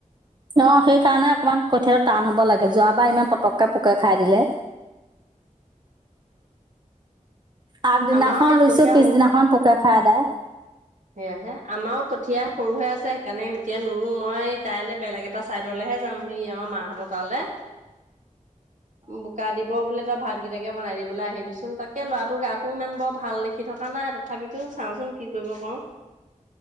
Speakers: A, on the right; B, on the right.
A: অ' সেইকাৰণে অকমান কঠিয়াল টান হব লাগে যোৱাবাৰ ইমান পটককে পোকে খাই দিলে।
B: উ <inaudible>
A: আগদিনাখন
B: আমাৰো সেই
A: ৰুইছো
B: কঠীয়া
A: পিছদিনাখন
B: সৰু
A: পুকে। খাই আদাই।
B: সেয়াহে আমাৰো কঠীয়া সৰু হৈ আছে সেইকাৰণে এতিয়া নোৰো মই কাইলৈ বেলেগ এটা চাইদলৈ হে যাম হে আমাৰ মাহঁত তালে। বোকা দিব বোলে তই ভাতকেইটাকে বনাই দিবলৈ আহিব। ভাবিচোন তাকে ল'ৰাটোৰ গাটোও ইমান বৰ ভাল দেখি থকা নাই তথাপিতো চাওঁচোন কি কৰিব পাৰোঁ।